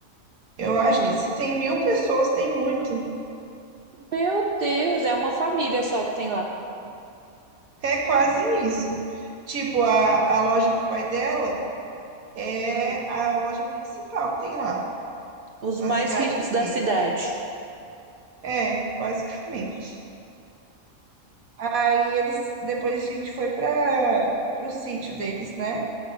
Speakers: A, on the right (about 85°); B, on the right (about 55°).
A: Eu acho
B: Hum.
A: que se tem mil pessoas, tem muito.
B: Meu Deus, é uma família só que tem lá.
A: É quase isso. Tipo, a, a loja do pai dela é
B: Hum.
A: a loja principal que tem lá,
B: Os
A: na
B: mais
A: cidade
B: ricos
A: inteira.
B: da cidade.
A: É, basicamente. Aí eles, depois a gente foi para o sítio deles, né?